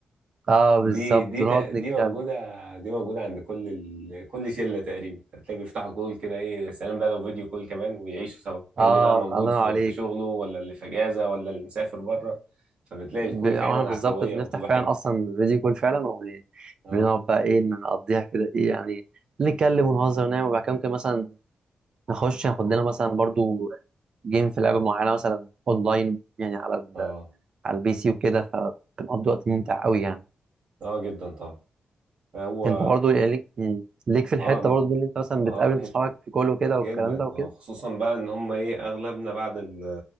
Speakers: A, on the right; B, on the right.
A: اه بالظبط
B: دي دي
A: ونقعد
B: تق- دي
A: نتكلم
B: موجودة دي موجودة عند كل ال... كل شلة تقريبا هتلاقي بيفتحوا كول كده ايه يا سلام بقى لو فيديو كول كمان ويعيشوا سوا إيه
A: اه
B: اللي بقى موجود
A: الله
B: في,
A: ينور عليك
B: في شغله ولا اللي في اجازة ولا اللي مسافر بره فبتلاقي
A: ب-
B: الكول فعلا
A: واحنا بالظبط
B: عفوية
A: بنفتح
B: وبتبقى
A: فعلا
B: حلوة
A: اصلا فيديو كول فعلا وبنقعد
B: اه
A: بقى ايه نقضيها كده ايه يعني نتكلم ونهزر ونعمل وبعد كده ممكن مثلا نخش ناخد لنا مثلا برضو جيم في لعبه معينه مثلا اونلاين يعني على ال...
B: اه
A: على البي سي وكده فبنقضي وقت ممتع قوي يعني
B: اه جدا طبعا هو
A: انت برضو يعني ليك مم. ليك في
B: اه
A: الحته
B: م...
A: برضو دي اللي انت مثلا
B: اه
A: بتقابل
B: الحت...
A: انت اصحابك في كله كده
B: جدا
A: والكلام ده وكده
B: اه خصوصا بقى ان هم ايه اغلبنا بعد ال...